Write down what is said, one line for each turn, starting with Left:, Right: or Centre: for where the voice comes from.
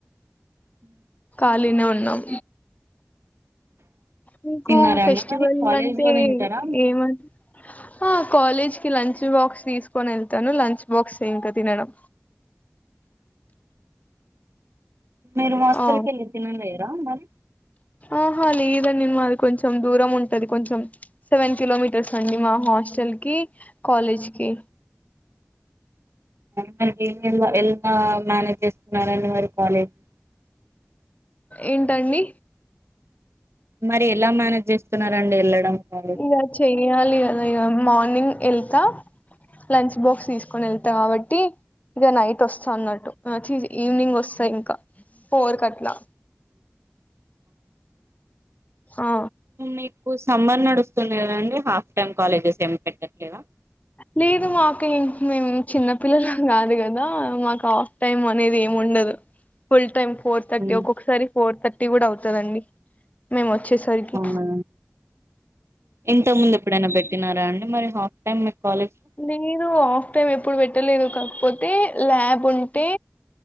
Right: అ
Left: ఖాళీనే ఉన్నాం మీకు
Right: తిన్నారా
Left: ఫెస్టివల్
Right: అండి మరి కాలేజ్
Left: అంటే
Right: లో తింటారా
Left: ఏమ ఆ కాలేజ్ కి లంచ్ బాక్స్ తీసుకొని వెళ్తాను లంచ్ బాక్స్ ఇంకా తినడం
Right: మీరు హాస్టల్
Left: ఆ
Right: క వెళ్ళి తిన లేరా మరి
Left: ఆహా లేదం మాది కొంచెం దూరం ఉంటది కొంచెం సెవెన్ కిలోమీటర్స్ అండి మా హాస్టల్ కి కాలేజ్ కి
Right: మనకి ఎలా మేనేజ్ చేస్తున్నడి మరి కాలేజీ
Left: ఏంటండి
Right: మరి ఎలా మేనేజ్ చేస్తున్నారండి వెళ్ళడం కాలేజ్
Left: మరి చేయాలి కదా మార్నింగ్ వెళ్తా లంచ్ బాక్స్ తీసుకొని వెళ్తాం కాబట్టి ఇక నైట్ వస్తా అన్నట్టు ఈవినింగ్ వస్తా ఇంకా ఫోర్ క అట్లా ఆ
Right: మీకు సమ్మర్ నడుస్తు దండి హాఫ్ టైమ్ కాలేజెస్ ఏమి పెట్టట్లేదా
Left: లేదు మాకు మేము చిన్న పిల్లలకు కాదు కదా మాకు హాఫ్ టైమ్ అనేది ఏమి ఉండదు ఫుల్ టైం ఫోర్ థర్టీ
Right: ఉమ్,
Left: ఒక్కొక్కసారి ఫోర్థర్టీ కూడా అవుతందిండి మేము వచ్చేసరికి
Right: అవునా ఇంత ముందు ఎప్పుడైనా పెట్టిన అండి మరి హాస్ టైమ్ కాలేజ్
Left: లేదు ఆఫ్ టైమ్ ఎప్పుడు పెట్టలేదు కా కాకపోతే ల్యాబ్ ఉంటే